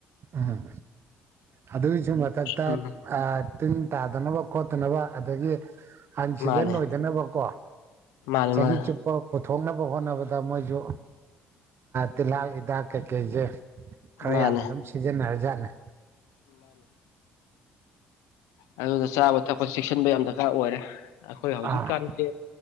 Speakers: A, on the right; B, on the left.
A: ꯎꯝ ꯑꯗꯨꯒꯤꯁꯨ ꯃꯊꯛꯇ
B: ꯎꯝ
A: ꯇꯤꯟ ꯇꯥꯗꯅꯕ ꯈꯣꯠꯇꯅꯕ ꯑꯗꯒꯤ ꯑꯟꯁꯤꯖꯟ
B: ꯃꯥꯅꯦ
A: ꯑꯣꯏꯗꯅꯕꯀꯣ
B: ꯃꯥꯅꯦ
A: ꯆꯍꯤ
B: ꯃꯥꯅꯦ
A: ꯆꯨꯞꯄ ꯊꯣꯛꯅꯕ ꯍꯣꯠꯅꯕꯗ ꯃꯣꯏꯁꯨ ꯇꯤꯜꯍꯥꯥꯛ ꯍꯤꯗꯥꯛ ꯀꯩꯀꯩꯁꯦ ꯈꯔ
B: ꯃꯥꯅꯦ
A: ꯌꯥꯝ ꯑꯗꯨꯝ ꯁꯤꯖꯤꯟꯅꯔꯖꯥꯠꯅꯦ
B: ꯑꯗꯨꯗ ꯆꯥꯕ ꯊꯛꯄꯁ ꯆꯦꯛꯁꯤꯟꯕ ꯌꯥꯝ ꯗꯔꯀꯥꯔ ꯑꯣꯏꯔꯦ ꯑꯩꯈꯣꯏ
A: ꯑꯥ
B: ꯍꯧꯖꯤꯛꯀꯥꯟꯁꯦ